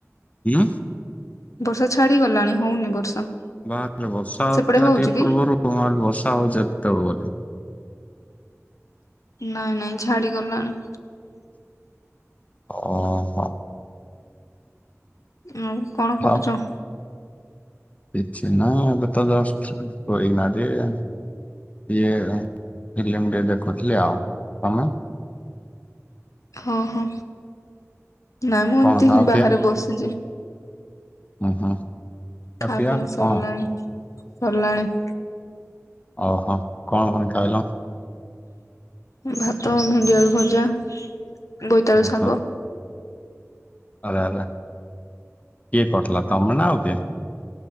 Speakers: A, on the left; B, on the left.
A: ଉଁ।
B: ବର୍ଷା ଛାଡିଗଲାଣି ହଉନି ବର୍ଷା।
A: ବାହାରେ ଥିଲି ବର୍ଷା ହେଉଥିଲା
B: ସେପଟେ ହଉଛି
A: ଟିକେ
B: କି?
A: ପୂର୍ବରୁ। ମୁଁ ଭାବିଲି ବର୍ଷା ହଉଛି ହେତେବେଳୁ ବୋଲି।
B: ନାଇଁ ନାଇଁ ଛାଡି ଗଲାଣି।
A: ଓହୋ।
B: ଆଉ କଣ କରୁଛ?
A: ହଉ କିଛି ନାହିଁ ଏବେ ତ ଜଷ୍ଟ ସୋଇକିନା ଟିକେ। ଇଏ ଫିଲ୍ମ ଟିକେ ଦେଖୁଥିଲି ଆଉ। ତମେ?
B: ହଁ ହଁ। ନାଇଁ ମୁଁ
A: କଣ
B: ଏମତି
A: ଖାଅ
B: ହିଁ ବାହାରେ ବସିଛି।
A: ହୁଁ ହୁଁ। ଖାଅ
B: ଖାଇବା
A: ପିଆ
B: ପିଇବା ସରିଲାଣି,
A: କଣ
B: ସରିଲାଣି।
A: ଓହୋ, କଣ କଣ ଖାଇଲ?
B: ଭାତ, ଭେଣ୍ଡିଆଳୁ ଭଜା, ବୋଇତାଳୁ
A: ଉଁ
B: ଶାଗ।
A: ହୁଁ ଆରେ ଆରେ, କିଏ କରିଥିଲା ତମେ ନା ଆଉ କିଏ?